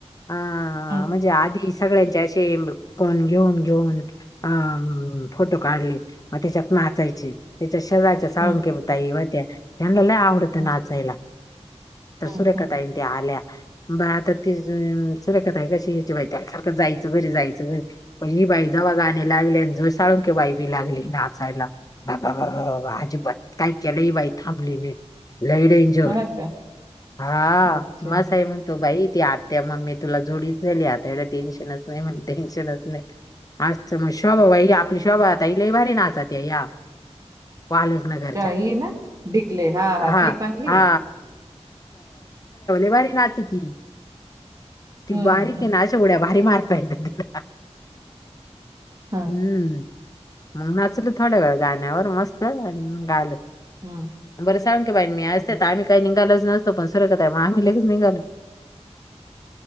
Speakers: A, on the left; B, on the right.
A: हा
B: हं.
A: म्हणजे आधी सगळ्यांचे असे पण घेऊन घेऊन अ फोटो काढले मग त्याच्यात नाचायचे च्या शेजारच्या साळुंखे
B: हं,
A: ताई होत्या त्यांना लई आवडतं
B: हं,
A: नाचायला
B: हं,
A: सुरेखा
B: हं.
A: ताई तेन त्या आल्या, बर आता ते सुरेखा ताई कशी म्हणायची सारखं जायचं घरी जायचं घरी बाई जेव्हा गाणी लागलेन साळुंके बाई बी लागली नाचायला आरारारा अजिबात काय केलंही बाई थांबली नाही. लई डेन्जर
B: हां का?
A: हा
B: अच्छा.
A: मग साई म्हणतो बाई. ती आत्या मम्मी तुला जोडीच झाली आता एवढं टेन्शनच नाही म्हणते. टेन्शनच नाही आसते मग शोभा आपली शोभा ताई लई भारी नाचाती या वाल्मिक नगरच्या
B: शाही ना? डिकले. हां, हां.
A: हा
B: ती चांगली.
A: हा भारी नाच ती
B: हं,
A: बारीक ये ना अशी उढ्या भारी मारते. का <unintelligible>
B: हा
A: हम्म मग नाचलं थोड्या वेळ गाण्यावर मस्त आणि मग आलो.
B: हं.
A: बरं साळुंखे की बाईण मी असते
B: हं.
A: तर आम्ही काही निघालच नस तो पण सुरेखा ताई आम्ही लगेच निघालो.